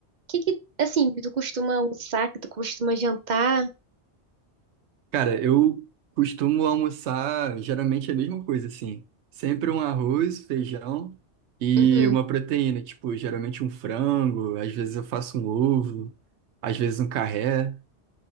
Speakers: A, on the right (about 45°); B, on the right (about 80°).
A: que que, assim, tu costuma almoçar, que tu costuma jantar?
B: Cara, eu costumo almoçar geralmente a mesma coisa, assim. Sempre um arroz, feijão e
A: Uhum.
B: uma proteína, tipo, geralmente um frango, às vezes eu faço um ovo, às vezes um carré.